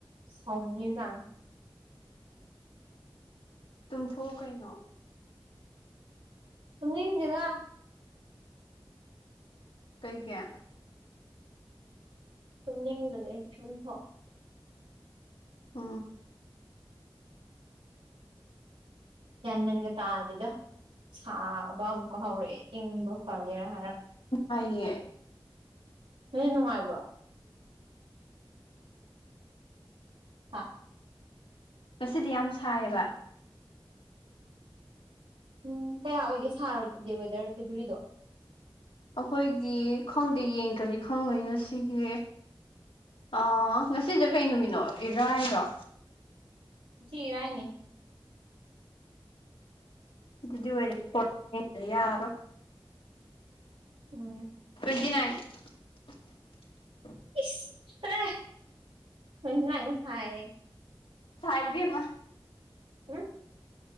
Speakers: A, on the right (about 90°); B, on the left (about 80°).
A: ꯁꯥꯎꯅꯤꯡꯉꯤꯖꯥꯡ
B: ꯇꯨꯡꯊꯣꯛꯎ ꯀꯩꯅꯣ
A: ꯁ ꯏꯗꯔ
B: ꯀꯩ ꯀꯦ
A: ꯁꯨꯝ ꯅꯤꯡꯗ꯭ꯔꯦ ꯆꯐꯣ
B: ꯑ
A: ꯌꯥꯟꯃꯦꯟꯒ ꯇꯥꯗꯨꯗ ꯁꯥꯕ ꯑꯃꯨꯛꯀ ꯍꯧꯔꯛꯑꯦ ꯏꯪꯕ ꯍ ꯌꯥꯦ ꯍꯥꯏ
B: ꯑꯌꯦ
A: ꯁꯤ ꯅꯨꯡꯉꯥꯏꯕ꯭ꯔ ꯍꯥ
B: ꯉꯁꯤꯗꯤ ꯌꯥꯝ ꯁꯥꯏꯌꯦꯕ
A: ꯎꯝ ꯀꯌꯥ ꯑꯣꯏꯒꯦ ꯁꯥꯔꯕꯗꯤ ꯋꯦꯗꯔ ꯗꯤꯚ꯭ꯔꯤꯗꯣ
B: ꯑꯩꯈꯣꯏꯒꯤ ꯈꯪꯗꯦ ꯌꯦꯡꯗ꯭ꯔꯗꯤ ꯈꯪꯉꯣꯏ ꯉꯁꯤꯒꯤ ꯑ ꯉꯁꯤꯁꯦ ꯀꯩ ꯅꯨꯃꯤꯠꯅꯣ ꯏꯔꯥꯏꯔꯣ
A: ꯖꯤ ꯔꯥꯏꯅꯤ
B: ꯎꯝꯗꯤ ꯑꯣꯏ ꯍꯥꯏꯔ
A: ꯎꯝ
B: ꯏꯠ
A: ꯏꯇ꯭ꯔ ꯃꯥꯏꯅ ꯍꯥꯏ
B: ꯊꯥꯏꯕꯤꯃ
A: ꯑꯣ